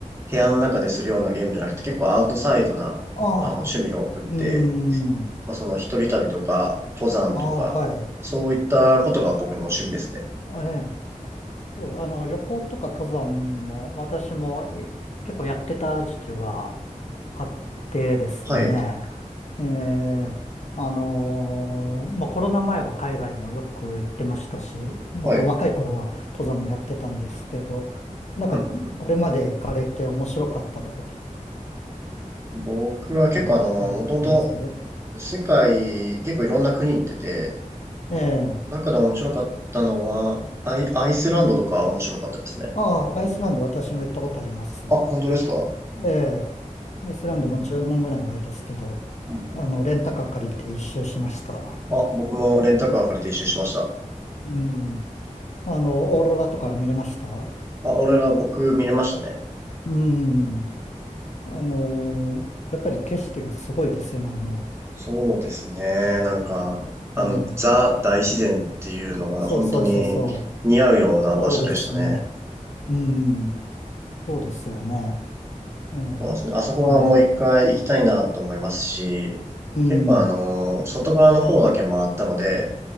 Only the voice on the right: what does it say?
部屋の中でするようなゲームじゃなくて、結構アウトサイドな、
あの、趣味が多くって、
まあ、その一人旅とか、登山とか、
そういったことが僕の趣味ですね。
はい、
はい。
うんうんうん
僕は結構あの、
もともと世界、結構いろんな国行ってて、
中で面白かったのは、アイ、アイスランドとか面白かったですね。
あ、本当ですか
うんうん
あ、僕もレンタカー借りて一周しました。
あ、俺ら僕見れましたね。
そうですね。なんか、あの、
ザ大自然っていうのが本当に似合うような場所でしたね。
そうですね。あそこはもう一回行きたいなと思いますし、
結構あの、外側の方だけ回ったので、